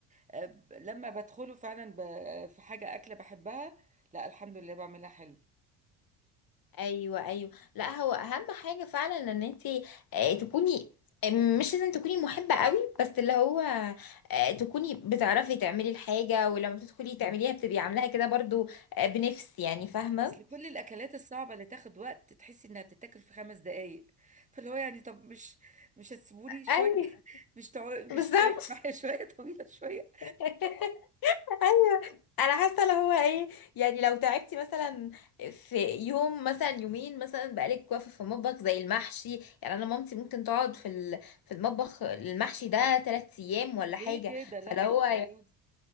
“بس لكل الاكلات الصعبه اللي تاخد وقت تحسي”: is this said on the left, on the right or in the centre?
Right